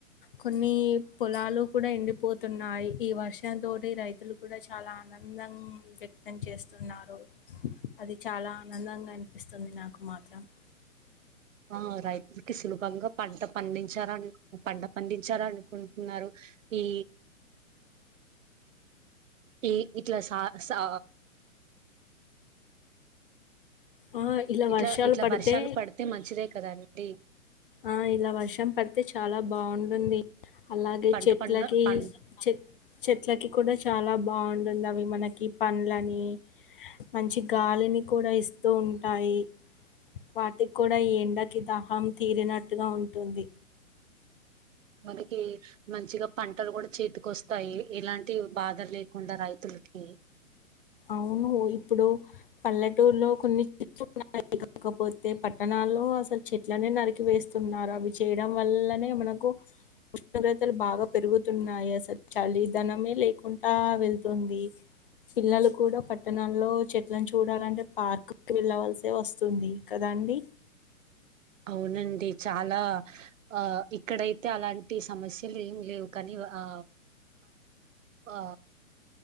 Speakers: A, on the left; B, on the right.
A: కొన్ని పొలాలు కూడా ఎండిపోతున్నాయి ఈ వర్షం తోటి రైతులు కూడా చాలా ఆనందం వ్యక్తం చేస్తున్నారు అది చాలా ఆనందంగా ఇస్తుంది నాకు మాత్రం <inaudible>
B: ఆ రైతులకి సులభంగా పంట పండించారని పంట పండించారాని కుంటున్నారు ఈ ఏ ఇట్లా సా
A: ఆ ఇలా
B: ఇట్లా
A: వర్షాలు
B: ఇట్లా
A: పడితే
B: వర్షాలు పడితే మంచిదే కదాండి
A: ఆ ఇలా వర్షం పడితే చాలా బాగుంది అలాగే
B: పంట
A: చెట్లకి
B: పండ పం
A: చె చెట్లకి కూడా చాలా బాగుంటుంది అవి మనకి క పను లన్ని మంచి గాలిని కూడా ఇస్తూ ఉంటాయి వాటికి కూడా ఎండకి దహం తీరినట్టుగా ఉంటుంది
B: మనకి మంచిగా పంటలు కూడా చేతికి వస్తాయి ఎలాంటి బాధ లేకుండా రైతులకి
A: అవును ఇప్పుడు పల్లెటూరులో కొన్ని ఉన్నాయి కాకపోతే పట్టణాల్లో అసలు చెట్లనే నరికి వేస్తున్నారు అవి చేయడం వల్లనే మనకు ఉష్ణోగ్రతలు బాగా పెరుగుతున్నాయి అసలు చలిదనమే లేకుండా వెళ్తుంది పిల్లలు కూడా పట్టణాల్లో చెట్లను చూడాలంటే పార్క్ వెళ్ళవలస వస్తుంది కదాండి
B: అవునండి చాలా ఆ ఇక్కడైతే అలాంటి సమస్యలు ఏమి లేవు కానీ ఆ ఆ